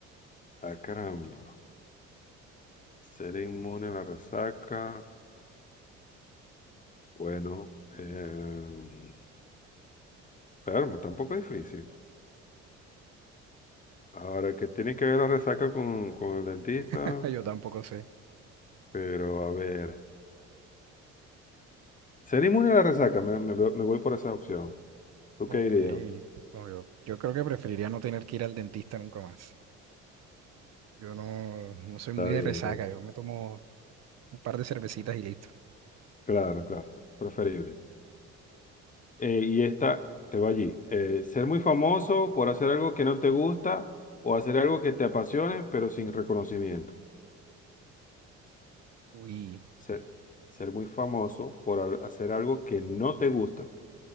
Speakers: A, on the left; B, on the right.
A: Ah, caramba. Ser inmune a la resaca. Bueno, eh, pero tampoco es difícil. Ahora, que tiene que ver la resaca con, con el dentista?
B: <laughs> Yo tampoco sé.
A: Pero a ver. Ser inmune a la resaca, me, me- me voy por esa opción. ¿Tú
B: Ok.
A: qué dirías?
B: No, yo, yo creo que preferiría no tener que ir al dentista nunca más. Yo no, no soy
A: Está
B: muy de
A: bien,
B: resaca.
A: está bien.
B: Yo me tomo un par de cervecitas y listo.
A: Claro, claro, preferible. Eh, y esta, te va allí. Eh, ser muy famoso por hacer algo que no te gusta o hacer algo que te apasione, pero sin reconocimiento.
B: Uy,
A: Ser, ser muy famoso por al- hacer algo que no te gusta